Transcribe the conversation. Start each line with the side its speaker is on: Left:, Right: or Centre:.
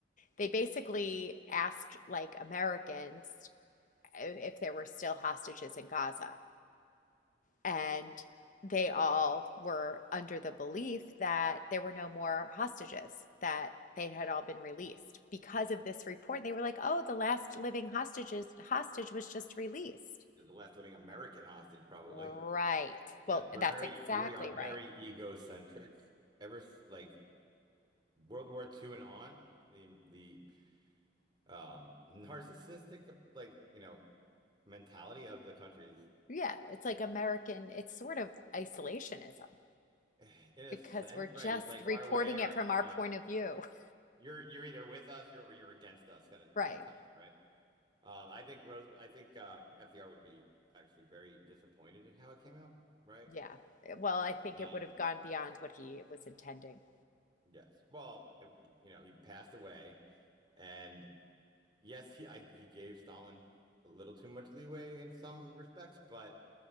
Left: they basically asked like Americans uh, if there were still hostages in Gaza. And they all were under the belief that there were no more hostages, that they had all been released. Because of this report, they were like, "Oh, the last living hostages hostage was just released."
Right: You're the last living American hostage, probably.
Left: Right.
Right: Yes,
Left: Well,
Right: we're
Left: that's
Right: very
Left: exactly
Right: we are very
Left: right.
Right: egocentric. Ever s- like World War Two and on, the the um narcissistic like you know mentality of the countries
Left: Yeah, it's like American, it's sort of isolationism
Right: in a
Left: because
Right: sense,
Left: we're just
Right: right? It's like
Left: reporting
Right: our way, or
Left: it from our
Right: you know,
Left: point of view. <laughs>
Right: you're you're either with us, you're or you're against us, kind of
Left: Right.
Right: mentality, right? Um, I think Rose, I think um, FDR would be actually very disappointed in how it came out, right?
Left: Yeah. Eh, Well, I think
Right: Um,
Left: it would have gone beyond what he was intending.
Right: yes. Well, it- you know, he passed away, and yes, he I, he gave Stalin a little too much leeway in some respects, but